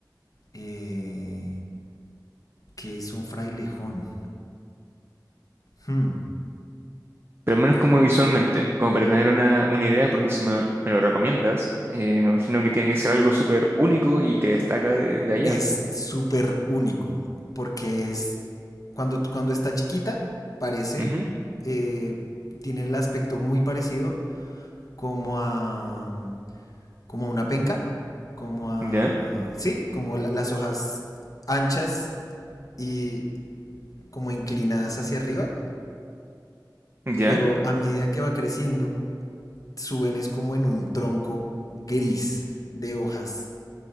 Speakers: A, on the left (about 50°); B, on the right (about 30°).
A: Eh, que es un frailejón. Hmm.
B: Pero al menos como visualmente, como para tener una, una idea, porque si me, me lo recomiendas, eh, me imagino que tiene que ser algo súper único y que destaca de, de allá.
A: es súper único, porque es, cuando, cuando está chiquita, parece,
B: Ujú,
A: eh, tiene el aspecto muy parecido como a, como a una penca, como a,
B: Ya,
A: sí, como la- las hojas anchas y como inclinadas hacia arriba,
B: ya,
A: pero a medida que va creciendo, suben es como en un tronco gris de hojas